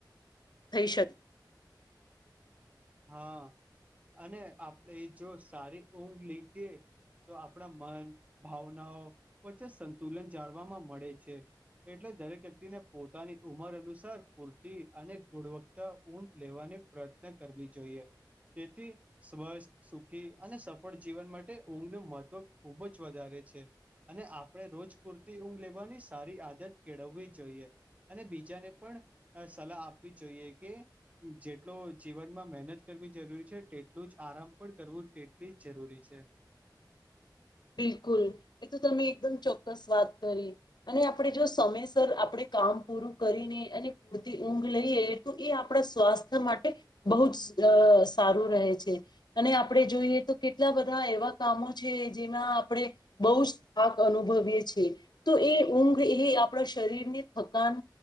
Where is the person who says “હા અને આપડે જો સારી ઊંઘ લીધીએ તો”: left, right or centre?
Right